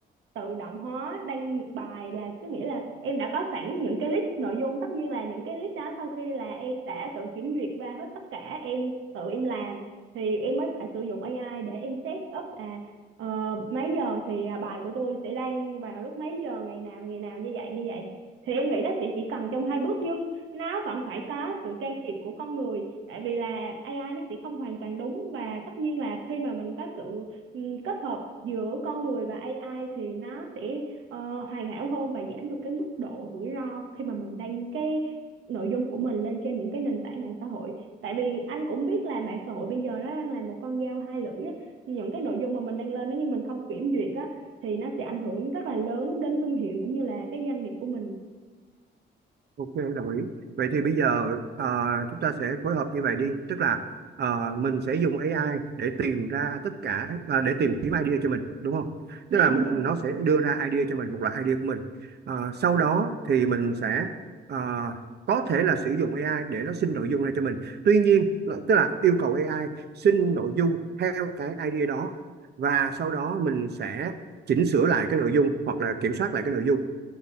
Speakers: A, on the right; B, on the right.
A: tự động hóa đăng bài là có nghĩa là em đã có sẵn những cái list nội dung tất nhiên là những cái list đó sau khi là em đã tự kiểm duyệt và hết tất cả em tự em làm thì em mới phải sử dụng AI để em set up à ờ, mấy giờ thì à, bài của tôi sẽ đăng vào lúc mấy giờ ngày nào ngày nào như vậy như vậy thì em nghĩ nó sẽ chỉ cần trong hai bước nhưng nó vẫn phải có sự can thiệp của con người tại vì là AI nó sẽ không hoàn toàn đúng và tất nhiên là khi mà mình có sự ừm, kết hợp giữa con người và AI thì nó sẽ ờ, hoàn hảo hơn và giảm được cái mức độ rủi ro khi mà mình đăng cái nội dung của mình lên trên những cái nền tảng mạng xã hội tại vì anh cũng biết là mạng xã hội bây giờ nó đang là một con dao hai lưỡi á. những cái nội dung mà mình đăng lên nếu như mình không kiểm duyệt á thì nó sẽ ảnh hưởng rất là lớn đến thương hiệu cũng như là cái doanh nghiệp của mình
B: Ok, đồng ý. Vậy thì bây giờ ờ, chúng ta sẽ phối hợp như vậy đi. Tức là ờ, mình sẽ dùng AI để tìm ra tất cả, ờ, để tìm kiếm idea cho mình, đúng không?
A: dạ
B: Tức là
A: đúng
B: mình,
A: rồi
B: nó sẽ đưa ra idea cho mình, một loại idea của mình. Ờ, sau đó thì mình sẽ ờ, có thể là sử dụng AI để nó sinh nội dung ra cho mình. Tuy nhiên, nó- tức là yêu cầu AI sinh nội dung theo cái idea đó và sau đó mình sẽ chỉnh sửa lại cái nội dung hoặc là kiểm soát lại cái nội dung